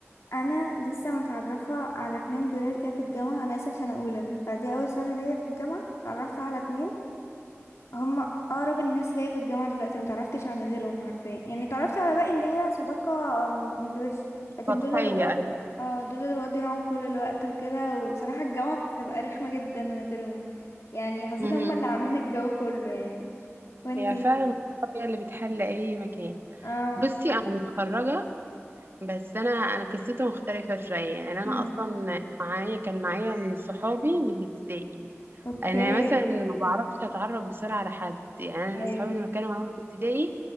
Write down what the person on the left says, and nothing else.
انا لسه متعرفه على اتنين جداد كده في الجامعه انا لسه في سنه اولى فدي اول سنه ليا في الجامعه اتعرفت على اتنين هم اقرب الناس ليا في الجامعه دلوقتي ما تعرفتش على غيرهم حرفيا يعني تعرفت على باقي اللي هي صداقه م- من الوش لكن
دول اللي بق... اه دول اللي بقضي معاهم كل الوقت وكده وبصراحه الجامعه كانت بتبقى رخمه جدا من غيرهم يعني حسيت
هم اللي عاملين الجو كله يعني وانتي
اه
امم
اوكي
ايه